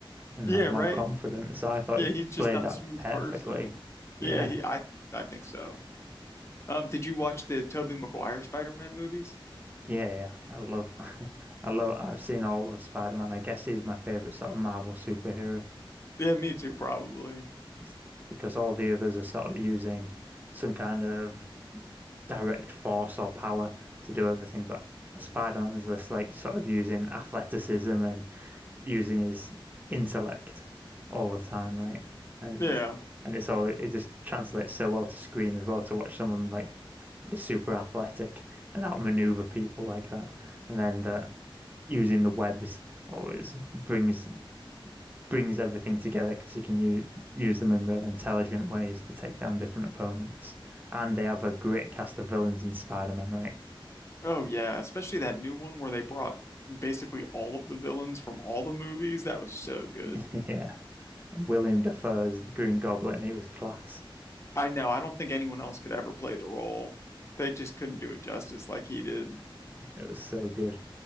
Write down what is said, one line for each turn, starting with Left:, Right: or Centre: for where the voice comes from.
Right: and
Left: Yeah,
Right: like more
Left: right.
Right: confident. So I thought
Left: Yeah,
Right: he
Left: he's just
Right: played
Left: not
Right: that
Left: a smooth
Right: perfectly.
Left: person.
Right: Yeah.
Left: Yeah, he. I I think so. Um, did you watch the Tobey Maguire Spider-Man movies?
Right: Yeah, yeah. I love <laughs> I love I've seen all of the Spider-Man. I guess he's my favorite sort of Marvel superhero.
Left: Yeah, me too, probably.
Right: It's because all the others are sort of using some kind of direct force or power to do everything, but Spider-Man's this like sort of using athleticism and using his intellect all the time, right? And
Left: Yeah.
Right: it's, and it's all it just translates so well to screen as well to watch someone like be super athletic and outmaneuver people like that, and then the using the webs always brings brings everything together because he can u use them in real intelligent ways to take down different opponents. And they have a great cast of villains in Spider-Man, right?
Left: Oh, yeah. Especially that new one where they brought basically all of the villains from all the movies. That was so good.
Right: <laughs> Yeah. William Dafoe's Green Goblin, he was class.
Left: I know. I don't think anyone else could ever play the role. They just couldn't do it justice like he did.
Right: It was so good.